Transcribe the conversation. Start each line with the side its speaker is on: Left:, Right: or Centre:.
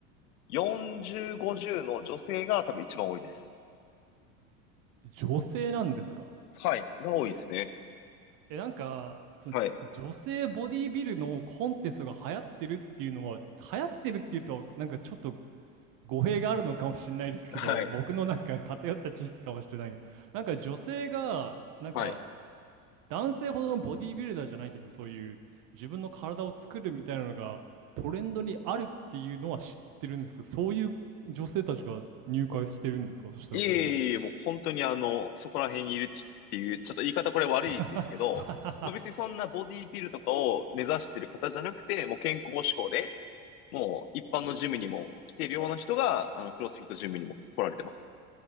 Left: 40、50の女性が多分一番多いです。
Right: 女性なんですか
Left: はい、が多いですね。
Right: え、なんか、そ、
Left: はい。
Right: 女性ボディビルのコンテストが流行ってるっていうのは、流行ってるっていうと、なんかちょっと語弊があるのかもしれないですけど、
Left: はい。
Right: 僕のなんか偏った知識かもしれないけど、なんか女性が、なんか
Left: はい。
Right: 男性ほどのボディビルダーじゃないけど、そういう自分の体を作るみたいなのがトレンドにあるっていうのは知ってるんですけど、そういう女性たちが入会してるんですかそしたらその
Left: いえいえいえ、もう本当にあの、そこら辺にいるっていう、ちょっと言い方これ悪いですけど、
Right: <laughs>
Left: まあ別にそんなボディビルとかを目指してる方じゃなくて、もう健康志向で、もう一般のジムにも来てるような人が、あの、クロスフィットジムにも来られてます。